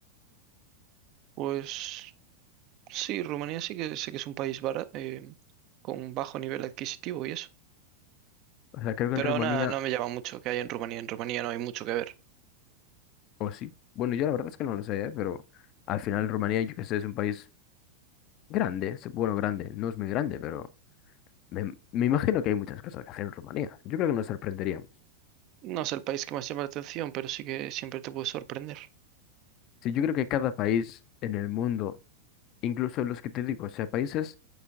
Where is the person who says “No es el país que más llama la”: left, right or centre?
Right